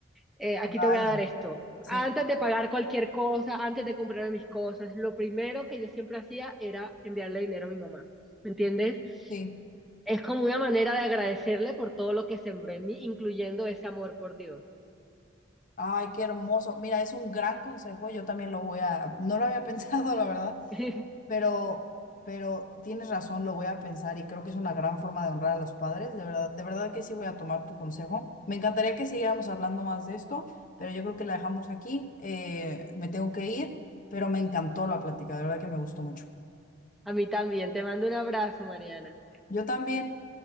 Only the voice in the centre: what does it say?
eh, aquí
te voy a dar esto.
Antes de pagar cualquier cosa, antes de comprarme mis cosas, lo primero que yo siempre hacía era enviarle dinero a mi mamá. ¿Me entiendes?
Es como una manera de agradecerle por todo lo que sembró en mí, incluyendo ese amor por Dios.
<laughs>
a mí también. Te mando un abrazo, Mariana.